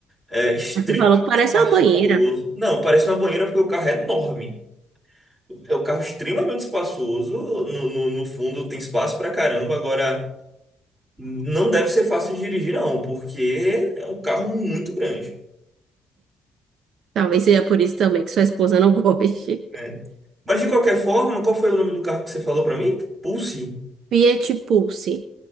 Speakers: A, on the right (about 20°); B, on the right (about 70°).
A: É extremamente
B: Você falou que parece
A: espaçoso.
B: uma banheira.
A: Não, parece uma banheira porque o carro é enorme. É um carro extremamente espaçoso. No, no, no fundo tem espaço pra caramba. Agora, não deve ser fácil de dirigir, não, porque é um carro muito grande.
B: Talvez seja por isso também que sua esposa não <laughs> goste.
A: né? Mas de qualquer forma, qual foi o nome do carro que você falou pra mim? Pulse.
B: Fiat Pulse.